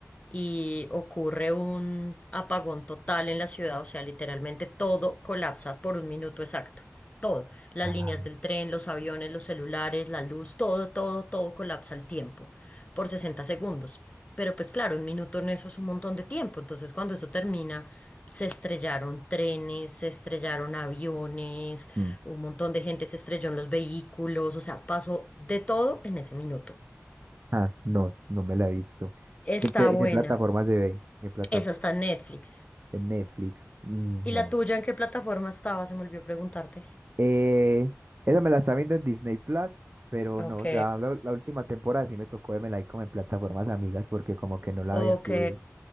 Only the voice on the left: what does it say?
y ocurre un apagón total en la ciudad, o sea, literalmente todo colapsa por un minuto exacto. Todo, las
líneas del tren, los aviones, los celulares, la luz, todo, todo, todo colapsa al tiempo, por 60 segundos. Pero pues claro, un minuto en eso es un montón de tiempo, entonces cuando eso termina, se estrellaron trenes, se estrellaron aviones,
un montón de gente se estrelló en los vehículos, o sea, pasó de todo en ese minuto.
Está
buena.
Esa está en Netflix.
¿Y
la tuya en qué plataforma estaba? Se me olvidó preguntarte.
Ok.
Ok.